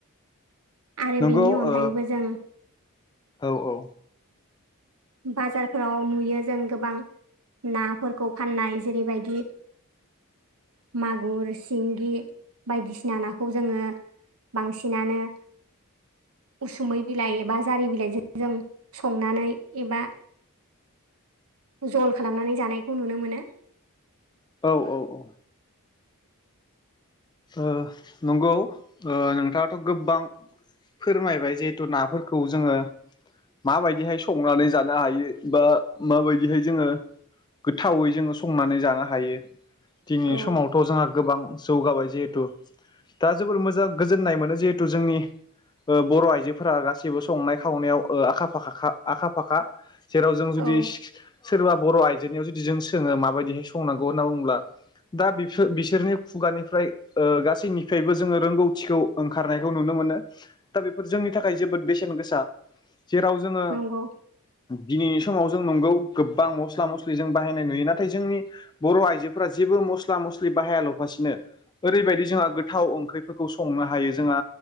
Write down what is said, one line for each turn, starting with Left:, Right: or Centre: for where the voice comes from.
Right: आरो
Left: नंगौ
Right: बेनि अनगायैबो
Left: ओ
Right: जों
Left: औ औ।
Right: बाजारफोराव नुयो जों गोबां नाफोरखौ फाननाय जेरैबायदि मागुर सिंगि बायदिसिना नाखौ जोङो बांसिनानो उसुमै बिलाइ एबा जारि बिलाइजों जों संनानै एबा जल खालामनानै जानायखौ नुनो मोनो।
Left: औ औ औ। ओ नंगौ ओ नोंथाङाथ' गोबबां फोरमायबाय जिहेथु नाफोरखौ जोङो माबायदिहाय संनानै जानो हायो बा माबायदिहाय जोङो गोथावै जोङो संनानै जानो हायो। दिनै
Right: औ
Left: समावथ' जोंहा गोबां जौगाबाय जिहेथु दा जोबोर मोजां गोजोननाय मोनो जिहेथु जोंनि ओ बर' आइजोफोरा गासिबो संनाय खावनायाव ओ आखा फाखाखा आखा फाखा जेराव जों जुदि
Right: औ
Left: सोरबा बर' आइजोनियाव जुदि जों सोङो माबायदिहाय संनांगौ होनना बुङोब्ला दा बिफो बिसोरनि खुगानिफ्राय ओ गासैनिफ्रायबो जोङो रोंगौथिखौ ओंखारनायखौ नुनो मोनो। दा बेफोर जोंनि थाखाय जोबोद बेसेन गोसा जेराव जोङो
Right: नंगौ
Left: दिनैनि समाव जों नंगौ गोबबां मस्ला मस्लि जों बाहायनाय नुयो। नाथाय जोंनि बर' आइजोफोरा जेबो मस्ला मस्लि बाहाया ल'फासिनो ओरैबायदि जोंहा गोथाव ओंख्रिफोरखौ संनो हायो जोङा